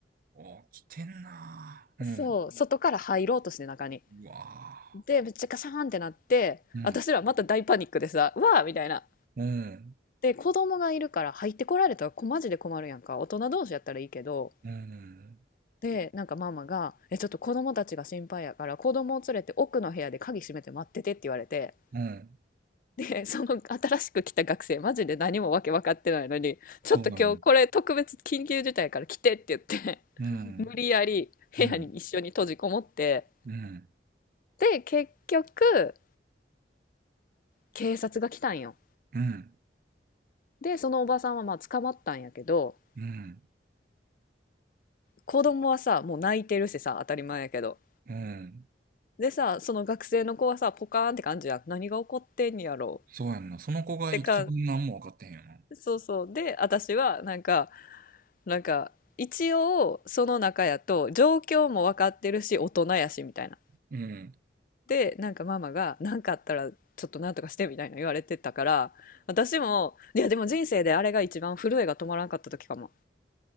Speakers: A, on the right; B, on the left.
A: おー、来てんなーうん、
B: そう、外から入ろうとして中に。
A: うわ
B: で、めっちゃカシャーンってなって、
A: ーうん、
B: 私らまた大パニックでさ、わーみたいな。
A: うん、
B: で、子供がいるから入ってこられたらこマジで困るやんか。大人同士やったらいいけど、
A: うん。
B: で、なんかママが、え、ちょっと子供たちが心配やから、子供を連れて奥の部屋で鍵閉めて待っててって言われて、
A: うん。
B: で、その新しく来た学生、マジで何もわけ分かってないのに、ちょっと今日これ特別緊急事態やから来てって言って
A: そうなの。うん。
B: <laughs>、無理やり部屋に一緒に閉じこもって、
A: うん。うん。
B: で、結局、警察が来たんよ。
A: うん。
B: で、そのおばさんはまあ捕まったんやけど、
A: うん。
B: 子供はさ、もう泣いてるしさ、当たり前やけど。
A: うん
B: でさ、その学生の子はさ、ポカーンって感じや何が起こってんやろ
A: そうやんな。その子が一番何も分かってへんよな。
B: う。ってか、そうそう。で、私は、なんか、なんか、一応、その中やと、状況も分かってるし、大人やし、みたいな。
A: うん。
B: で、なんかママが、なんかあったら、ちょっとなんとかして、みたいな言われてたから、私も、いや、でも人生であれが一番震えが止まらんかった時かも。